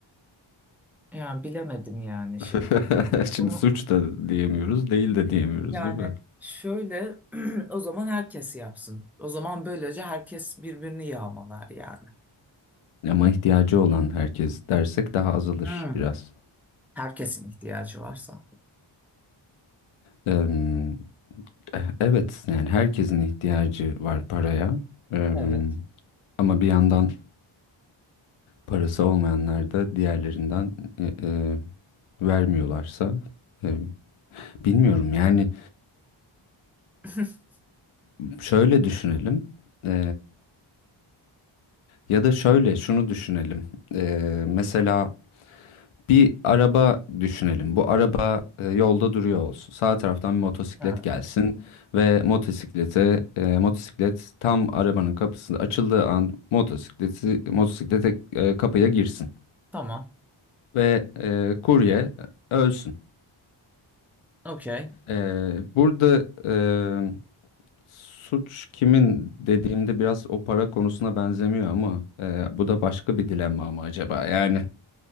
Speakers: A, in the centre; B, on the left.
A: yani bilemedim yani
B: <laughs>
A: şimdi.
B: şimdi
A: Bunu
B: suç da diyemiyoruz, değil de diyemiyoruz,
A: yani
B: değil mi?
A: şöyle <clears throat> o zaman herkes yapsın. O zaman böylece herkes birbirini yağmalar yani.
B: Ama ihtiyacı olan herkes dersek daha azalır
A: Hmm.
B: biraz.
A: Herkesin ihtiyacı varsa.
B: Em, eh, Evet yani herkesin ihtiyacı var paraya Em,
A: Evet.
B: ama bir yandan parası olmayanlar da diğerlerinden e, e, vermiyorlarsa e, bilmiyorum yani
A: <laughs>
B: şöyle düşünelim E, ya da şöyle şunu düşünelim E, mesela Bir araba düşünelim. Bu araba e, yolda duruyor olsun. Sağ taraftan bir motosiklet
A: Ha,
B: gelsin ve motosiklete e, motosiklet tam arabanın kapısında açıldığı an motosikleti motosiklete e, kapıya girsin
A: tamam.
B: ve e, kurye ölsün.
A: Okey.
B: E, burada e, suç kimin dediğimde biraz o para konusuna benzemiyor ama e, bu da başka bir dilemma mı acaba? Yani